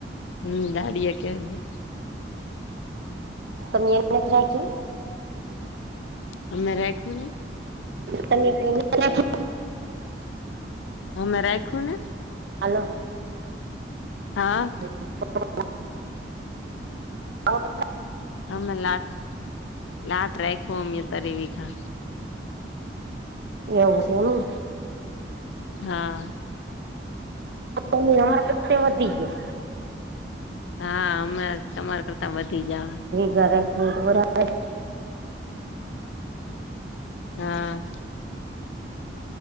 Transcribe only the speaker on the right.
મ એને એત્રખ
ત રાખો
હાલો
હ તો
એવું છે એમ
અમારા સાથે વધી ગયા
<inaudible>